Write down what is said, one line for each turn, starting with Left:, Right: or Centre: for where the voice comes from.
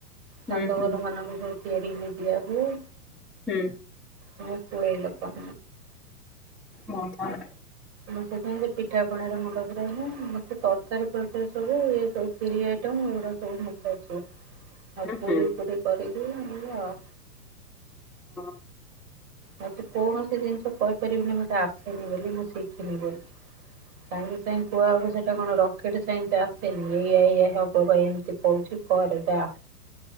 Centre: ହୁଁ
Right: ତାଙ୍କ
Centre: ହୁଁ
Right: ଘର ମାନଙ୍କୁ ସବୁ ତିଆରି ହୁଏ ଦିଆ ହୁଏ।
Centre: ହୁଁ
Right: ହଁ ପୁଳେଇ ଲୋକ।
Centre: ହଁ ହଁ।
Right: ମୁଁ ସେଥିପାଇଁ ସେ ପିଠା ପଣାରେ ମୁଣ୍ଡ ପୁରାଏନି ମତେ ତରକାରୀ ଫରକାରି ସବୁ ଏ ସବୁ ଖିରି ଆଇଟମ ଏଗୁଡାକ ସବୁ ମତେ ଆସିବ ଆଉ ପୁରୀ
Centre: ହୁଁ।
Right: ଫୁରୀ କରିବି ଏମିତି ଆଉ।
Centre: ହଁ।
Right: ମତେ କୌଣସି ଜିନିଷ କହିପାରିବିନି ମତେ ଆସିନି ବୋଲି ମୁଁ ଶିଖିନି ବୋଲି। ସାଙ୍ଗେ ସାଙ୍ଗେ କୁହାହବ ସେଇଟା କଣ ରକେଟ ସାଇନ୍ସ ଆସେନି ଏଇଆ ଇଆ ହବ ବା ଏମତି। ଏ କହୁଛି କରେ ଯା।